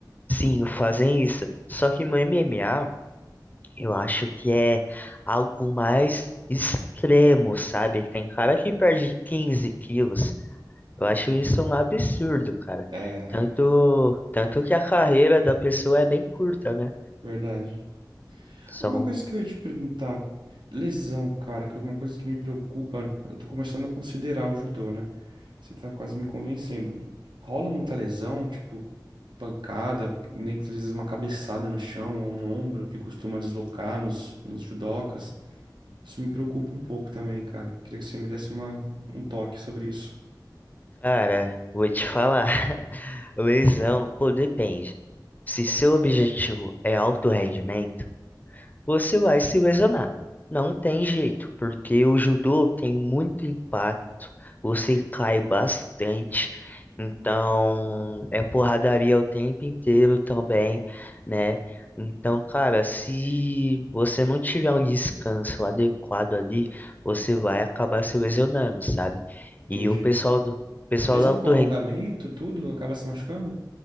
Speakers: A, on the left; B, on the right.
A: sim, fazem isso. Só que no MMA, eu acho que é algo mais extremo, sabe? Tem cara que perde 15 quilos, Eu acho isso um absurdo, cara.
B: É,
A: Tanto, tanto que a carreira da pessoa é bem curta, né?
B: verdade.
A: São,
B: Uma coisa que eu ia te perguntar, lesão, cara, que é uma coisa que me preocupa, eu tô começando a considerar o judô, né? Você tá quase me convencendo. Rola muita lesão, tipo, pancada, nem que às vezes uma cabeçada no chão, ou um ombro que costuma deslocar nos, nos judocas. Isso me preocupa um pouco também, cara. Queria que você me desse uma, um toque sobre isso.
A: cara, vou te falar, <laughs> lesão, pô, depende. Se seu objetivo é alto rendimento, você vai se lesionar. Não tem jeito, porque o judô tem muito impacto, você cai bastante, então é porradaria o tempo inteiro também, né? Então, cara, se você não tiver um descanso adequado ali, você vai acabar se lesionando, sabe?
B: Entendi.
A: E o pessoal do pessoal
B: Mesmo
A: do alto
B: com alongamento, tudo acaba se machucando?